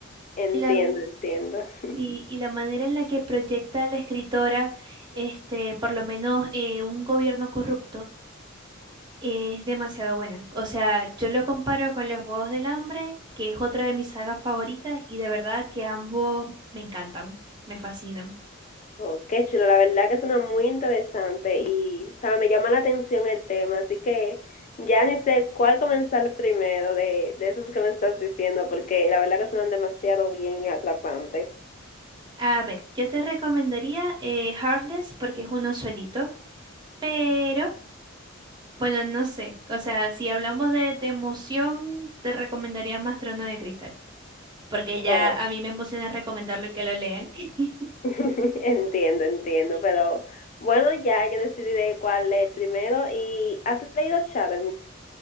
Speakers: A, on the left (about 40°); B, on the right (about 20°).
A: Entiendo,
B: y la
A: entiendo. <laughs>
B: Sí, y la manera en la que proyecta la escritora, este, por lo menos eh, un gobierno corrupto, es demasiado buena. O sea, yo lo comparo con Los Juegos del Hambre, que es otra de mis sagas favoritas, y de verdad que ambos me encantan, me fascinan.
A: Oh, qué chulo, la verdad que suena muy interesante y, o sea, me llama la atención el tema, así que ya ni sé cuál comenzar primero de, de esos que me estás diciendo, porque la verdad que suenan demasiado bien y atrapantes.
B: A ver, yo te recomendaría eh, Heartless porque es uno solito, pero bueno, no sé. O sea, si hablamos de, de emoción, te recomendaría más Trono de Cristal, porque ya
A: Oh,
B: a mí me emociona recomendarlo y que lo lean. <laughs>
A: <laughs> entiendo, entiendo, pero bueno, ya yo decidiré cuál es el primero y ¿has leído Shadow